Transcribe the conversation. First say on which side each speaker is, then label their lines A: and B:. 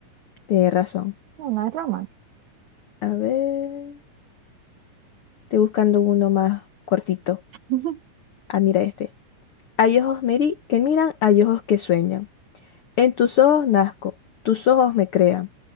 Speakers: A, on the left (about 75°); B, on the right (about 65°).
A: tienes razón.
B: No, no es romántico.
A: A ver, estoy buscando uno más cortito.
B: <laughs>
A: Ah, mira este. Hay ojos, Mary, que miran, hay ojos que sueñan. En tus ojos nazco, tus ojos me crean.